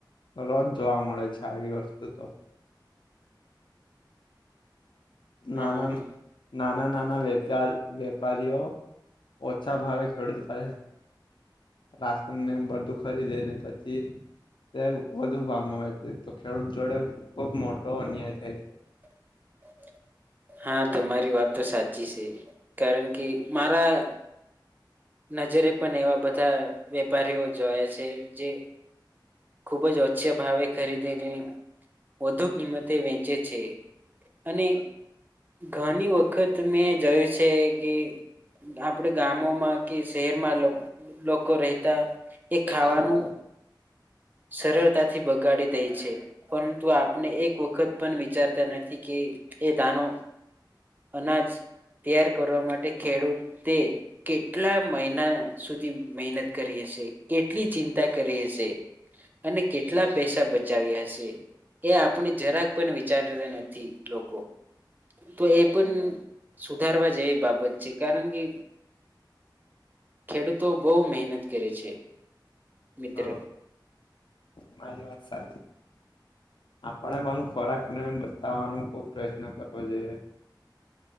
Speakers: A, on the left (about 80°); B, on the right (about 25°).
A: રોજ જોવા મળે છે આવી વસ્તુ તો. ના
B: હા હા
A: નાના નાના વેચાણ વેપારી તેઓ ઓછા ભાવે ખેડૂત પા રાશન ને બધું ખરીદે ને પછી તે વધુ ભામ આવે છે તો ખેડૂત જોડે ખુબ મોટો અન્યાય થાય છે.
B: <inaudible> હા તમારી વાત તો સાચી છે, કારણ કે મારા નજરે પણ એવા બધા વેપારીઓ જોયા છે, જે ખુબ જ ઓછા ભાવે ખરીદેને વધુ કિંમતે વ જે છે અને ઘણી વખત મેં જોયું છે. કે આપડે ગામોમાં કે શહેરમાં લોકો રહેતા એ
A: છે.
B: ખાવાનું સરળતાથી બગાડી દે છે. પરંતુ આપને એક વખત પણ વિચારતા નથી કે એ દાનો અનાજ તૈયાર કરવા માટે ખેડૂતે કેટલા મહિના સુધી મહેનત કરી હશે કેટલી ચિંતા કરી હશે. અને કેટલા પૈસા બચાવ્યા હશે. એ આપણી જરાક પણ વિચારતા નથી લોકો તો એ પણ સુધારવા જેવી બાબત છે કારણ કે ખેડૂતો બવ મહેનત કરે છે મિત્ર
A: હા મારી વાત સાચી. આપણે પણ ખોરાકને બચાવવાનો ખુબ પ્રયત્ન કરવો જોઈએ. <inaudible>